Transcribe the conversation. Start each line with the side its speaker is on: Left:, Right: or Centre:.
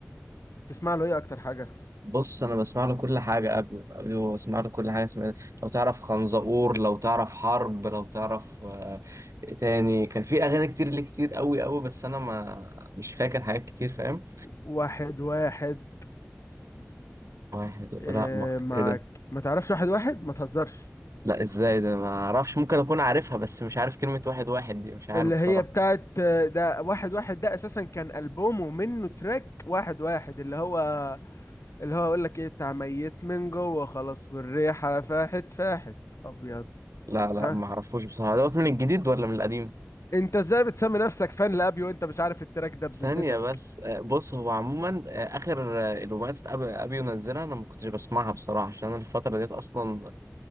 Left: تسمع له ايه اكتر حاجه
Right: بص انا بسمع له كل حاجه قبل قبل بسمع له كل حاجه اسمها إيه، لو تعرف خنزقور لو تعرف حرب لو تعرف آه، إيه تاني كان في اغاني كتير ليه كتير قوي قوي بس انا ما مش فاكر حاجات كتير فاهم
Left: واحد واحد
Right: واحد لا
Left: إيه
Right: ما
Left: معاك
Right: ايه ده
Left: ما تعرفش واحد واحد ما تهزرش
Right: لا ازاي ده ما اعرفش ممكن اكون عارفها بس مش عارف كلمه واحد واحد دي مش عارف
Left: اللي
Right: بصراحه
Left: هي بتاعت آه، ده واحد واحد ده اساسا كان البومه منه تراك واحد واحد اللي هو اللي هو اقول لك ايه بتاع ميت من جوه خلاص والريحه فاحت فاحت ابيض
Right: لا لا
Left: ها
Right: ما اعرفوش بصراحه دوت من الجديد ولا من القديم
Left: انت ازاي بتسمي نفسك فان لابيو وانت مش عارف التراك ده بذمتك
Right: ثانية بس آه، بص هو عموما آه، آخر آه، الألبومات أبي أبي ينزلها أنا ما كنتش بسمعها بصراحة عشان أنا الفترة ديت أصلا